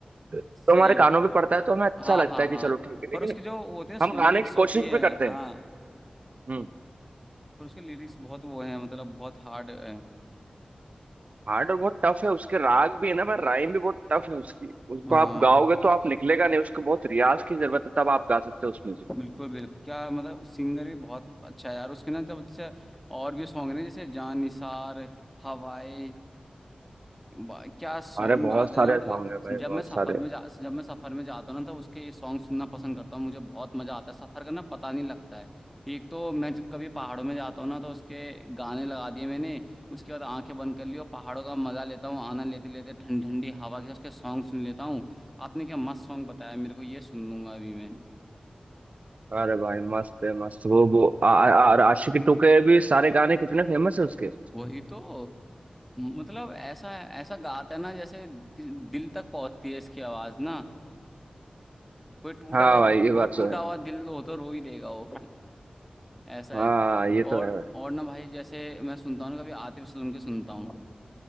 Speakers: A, on the right; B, in the centre.
A: तो
B: सही
A: हमारे कानों
B: बात
A: पे पड़ता है तो हमें अच्छा
B: हाँ
A: लगता
B: हाँ
A: है
B: हाँ
A: कि चलो ठीक है लेकिन
B: और उसकी जो वो होते हैं
A: हम गाने
B: लिरिक्स
A: की
B: होती
A: कोशिश
B: है
A: भी करते
B: हाँ
A: हैं हम्म
B: और उसके लिरिक्स बहुत वो है मतलब बहुत हार्ड है
A: हार्ड और बहुत टफ है उसके राग भी है ना पर राइम भी बहुत टफ है उसकी उसको
B: हाँ
A: आप गाओगे तो आप निकलेगा नहीं उसको बहुत रियाज की जरूरत है तब आप गा सकते हो उस म्यूजिक
B: बिल्कुल
A: को
B: बिल्कुल क्या मतलब सिंगर भी बहुत अच्छा है यार उसके ना तब जैसे और भी सॉन्ग ने जैसे जान निसार हवाएं बा- क्या सॉन्ग
A: अरे बहुत
B: गाता
A: सारे
B: है ना मतलब
A: सॉन्ग है भाई
B: जब
A: बहुत
B: मैं सफर
A: सारे
B: में जा जब मैं सफर में जाता हूँ ना तो उसके ये सॉन्ग सुनना पसंद करता हूँ मुझे बहुत मजा आता है सफर करना पता नहीं लगता है एक तो मैं जब कभी पहाड़ों में जाता हूँ ना तो उसके गाने लगा दिए मैंने उसके बाद आंखें बंद कर ली और पहाड़ों का मजा लेता हूँ आनंद लेते लेते ठंडी ठंडी हवा के उसके सॉन्ग सुन लेता हूँ आपने क्या मस्त सॉन्ग बताया मेरे को ये सुन लूंगा अभी मैं
A: अरे भाई मस्त है मस्त वो वो आ, आ, और आशिकी टू के भी सारे गाने कितने फेमस है उसके
B: वही तो मतलब ऐसा ऐसा गाता है ना जैसे दिल तक पहुंचती है इसकी आवाज ना कोई टूटा
A: हाँ
B: हुआ
A: भाई
B: दि-
A: ये बात
B: कोई
A: तो
B: टूटा
A: है
B: हुआ दिल हो तो रो ही देगा वो ऐसा
A: हाँ
B: है
A: ये तो
B: और
A: है भाई
B: और ना भाई जैसे मैं सुनता हूँ ना कभी आतिफ असलम के सुनता हूँ